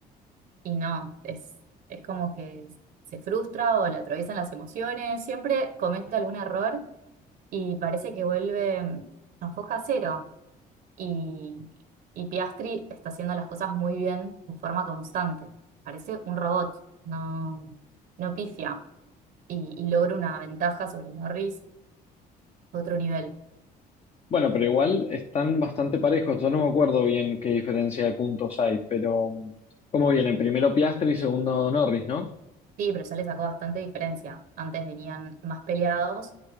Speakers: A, on the right; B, on the left.
A: y no, es, es como que se frustra o le atraviesan las emociones, siempre comete algún error y parece que vuelve mm, a foja cero y, y Piastri está haciendo las cosas muy bien de forma constante, parece un robot, no, no pifia y, y logra una ventaja sobre Norris, otro nivel.
B: Bueno, pero igual están bastante parejos. Yo no me acuerdo bien qué diferencia de puntos hay, pero mm, ¿cómo vienen? Primero Piastri y segundo Norris, ¿no?
A: Sí, pero ya le sacó bastante diferencia. Antes venían más peleados